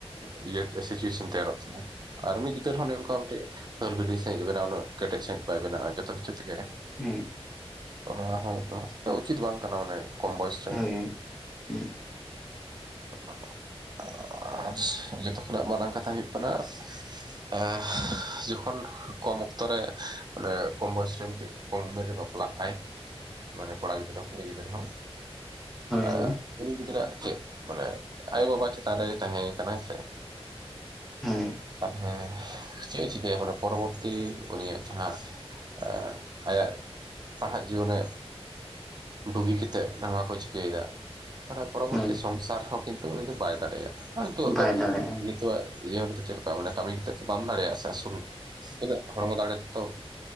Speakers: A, on the right (about 40°); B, in the centre.
A: ᱢᱤᱫ ᱥᱤᱪᱩᱭᱮᱥᱚᱱ ᱛᱮᱭᱟᱨᱚᱜ ᱛᱟᱭᱟ ᱟᱨ ᱢᱤᱫ ᱛᱟᱹᱳ ᱨᱮ ᱦᱚᱸ
B: ᱦᱳᱭ
A: ᱚᱱᱠᱟ ᱢᱤᱫᱴᱤᱡ ᱦᱞ ᱵᱷᱤᱰᱤ ᱥᱟᱸᱦᱤᱡ ᱵᱮᱱᱟ ᱩᱱᱟᱹᱜ ᱠᱮᱴᱮᱡ ᱥᱟᱦᱤᱡ ᱵᱟᱭ ᱵᱮᱱᱟᱜᱼᱟ ᱡᱚᱛᱚ ᱠᱤᱪᱷᱩ ᱛᱮᱜᱮ
B: ᱦᱩᱸ
A: ᱚᱱᱟ ᱦᱚᱸ ᱚᱱᱟ ᱛᱮ ᱩᱪᱤᱛ ᱵᱟᱝ ᱠᱟᱱᱟ ᱚᱱᱮ ᱠᱚᱢ ᱵᱚᱭᱮᱥᱨᱮ
B: ᱦᱳᱭ ᱦᱩᱸ ᱦᱩᱸ
A: <inaudible> ᱟᱨ ᱡᱚᱛᱚ ᱠᱷᱚᱱᱟᱜ ᱢᱟᱨᱟᱝ ᱠᱟᱛᱷᱟ ᱦᱩᱭᱩᱜ ᱠᱟᱱᱟ ᱮᱦ ᱡᱚᱠᱷᱚᱱ ᱠᱚᱢ ᱚᱠᱛᱚ ᱨᱮ ᱚᱰᱮ ᱠᱚᱢ ᱵᱚᱭᱚᱥᱨᱮ ᱠᱚᱢ ᱩᱢᱮᱨ ᱨᱮ ᱵᱟᱯᱞᱟᱜᱟᱭ ᱢᱟᱱᱮ ᱠᱚᱲᱟ ᱜᱤᱫᱽᱨᱟᱹ ᱠᱩᱲᱤ ᱜᱤᱫᱽᱨᱟᱹ ᱦᱚᱸ
B: ᱦᱳᱭ
A: ᱮ
B: ᱦᱳᱭ
A: ᱩᱲᱤ ᱜᱤᱫᱽᱨᱟᱹᱭᱟᱜ ᱪᱮᱫ ᱢᱟᱱᱮ ᱟᱭᱳ ᱵᱟᱵᱟ ᱪᱮᱛᱟᱱ ᱨᱮ ᱛᱟᱦᱮᱸ ᱠᱟᱱᱟᱭ ᱥᱮ
B: ᱦᱳᱭ
A: ᱛᱟᱞᱦᱮ ᱪᱮᱫᱼ ᱮ ᱪᱤᱠᱟᱹᱭᱟ ᱢᱟᱱᱮ ᱯᱚᱨᱚᱵᱚᱨᱛᱤ ᱩᱱᱤᱭᱟᱜ ᱡᱟᱦᱟᱸ ᱮ ᱟᱭᱟᱜ ᱯᱟᱲᱦᱟᱜ ᱡᱤᱭᱚᱱᱮ ᱰᱩᱜᱩᱜᱤᱛᱮᱫ ᱱᱟᱣᱟ ᱠᱚ ᱪᱤᱠᱟᱹᱭ ᱫᱟ ᱛᱟᱦᱞᱮ ᱯᱚᱨᱚᱵᱚᱨᱛᱤ
B: ᱦᱳᱭ
A: ᱥᱚᱝᱥᱟᱨ ᱦᱚᱸ ᱠᱤᱱᱛᱩ ᱩᱱᱤ ᱫᱚ ᱵᱟᱭ ᱫᱟᱲᱮᱭᱟᱜᱼᱟ ᱤᱛᱩᱭᱟᱜ
B: ᱵᱟᱭ ᱫᱟᱲᱮᱭᱟᱜᱼᱟ
A: ᱱᱤᱛᱚᱜᱼᱟᱜ ᱡᱤᱭᱚᱱ ᱨᱮ ᱪᱮᱫ ᱞᱮᱠᱟ ᱢᱟᱱᱮ ᱠᱟᱹᱢᱤ ᱠᱟᱛᱮᱜ ᱛᱚ ᱵᱟᱢ ᱫᱟᱲᱮᱭᱟᱜᱼᱟ ᱥᱮ ᱟᱹᱥᱩᱞ ᱛᱤᱱᱟ. ᱜ ᱦᱚᱲᱢᱚ ᱫᱲᱮᱛᱮᱛᱚ